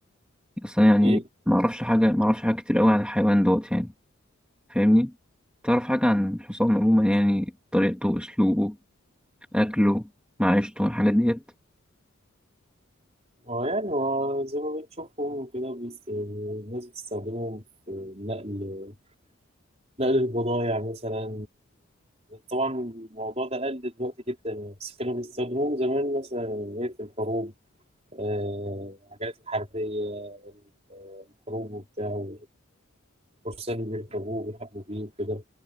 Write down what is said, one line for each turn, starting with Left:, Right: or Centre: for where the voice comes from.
Centre: اصل أنا يعني
Right: إيه
Centre: ما اعرفش حاجه ما اعرفش حاجه كتير قوي عن الحيوان دوت يعني فاهمني تعرف حاجه عن الحصان عموما يعني طريقته اسلوبه اكله معيشته الحاجات ديت
Right: هو يعني هو زي ما بنشوفهم كده بيست... الناس بتستخدمهم في نقل نقل البضايع مثلا طبعا الموضوع ده قل دلوقتي جدا يعني بس كانوا بيستخدموه زمان مثلا إيه في الحروب آه، العجلات الحربية آه، الحروب وبتاع والفرسان اللي بيركبوه وبيحاربوا بيه وكده